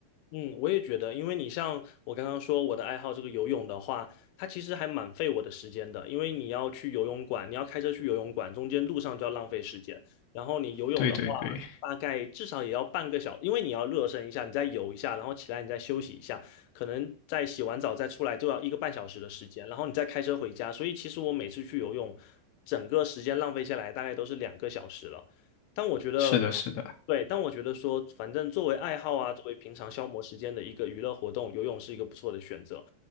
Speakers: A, on the left; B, on the left.
A: 嗯，我也觉得，因为你像我刚刚说我的爱好这个游泳的话，它其实还蛮费我的时间的，因为你要去游泳馆，你要开车去游泳馆，中间路上就要浪费时间。然后你游泳的话，
B: 对对对。
A: 大概至少也要半个小因为你要热身一下，你再游一下，然后起来你再休息一下，可能再洗完澡再出来就要一个半小时的时间，然后你再开车回家。所以其实我每次去游泳，整个时间浪费下来大概都是两个小时了。但我觉得。
B: 是的，是的，
A: 对，但我觉得说，反正作为爱好啊，作为平常消磨时间的一个娱乐活动，游泳是一个不错的选择。